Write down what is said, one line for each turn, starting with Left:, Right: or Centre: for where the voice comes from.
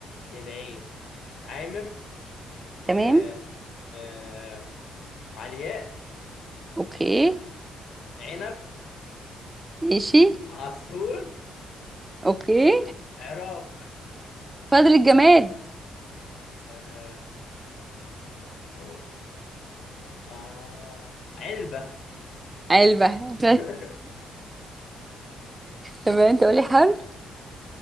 Left: العين عامر
Right: تمام
Left: آه آه علياء
Right: أوكي
Left: عنب
Right: ماشي
Left: عصفور
Right: أوكي
Left: عراق
Right: فاضل الجماد
Left: آه آه آه علبة
Right: علبة <laughs>
Left: <laughs>
Right: طب أنت قولي حرف